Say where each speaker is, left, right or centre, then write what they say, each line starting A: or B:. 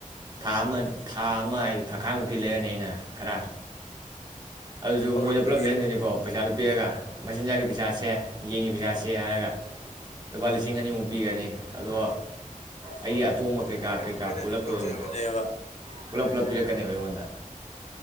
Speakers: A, on the right; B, on the left.
A: ꯊꯥ ꯑꯃ ꯊꯥ ꯑꯃ ꯍꯥꯏꯗꯤ ꯊꯥꯈꯥꯏꯃꯨꯛꯀꯤ ꯂꯩꯔꯅꯤ ꯑꯩꯅ ꯈꯔ ꯑꯗꯨꯁꯨ
B: ꯍꯧꯔꯛꯄꯒꯤ
A: ꯃꯣꯏꯗ ꯄꯨꯂꯞ ꯂꯩꯍꯟꯗꯅꯤꯀꯣ ꯄꯩꯁꯥꯗꯨꯣ ꯄꯤꯔꯒ ꯃꯆꯤꯟꯖꯥꯛꯒꯤ ꯄꯩꯁꯥꯥꯁꯤ ꯁꯦ ꯌꯦꯟꯒꯤ ꯄꯩꯁꯥꯥꯁꯤ ꯍꯥꯏꯔꯒ ꯂꯨꯄꯥ ꯂꯤꯁꯤꯡ ꯑꯅꯤꯃꯨꯛ ꯄꯤꯒꯅꯤ ꯑꯗꯣ ꯑꯩꯒꯤ ꯑꯇꯣꯝꯕ
B: ꯑꯗꯨ
A: ꯀꯩꯀꯥ ꯀꯩꯀꯥ
B: ꯃꯣꯏꯅ
A: ꯄꯨꯂꯞꯇꯣ
B: ꯇꯧꯖꯕꯅꯦꯕ
A: ꯑꯗꯨꯝ ꯄꯨꯂꯞ ꯄꯨꯂꯞ ꯄꯤꯔꯛꯀꯅꯦꯕ ꯑꯩꯉꯣꯟꯗ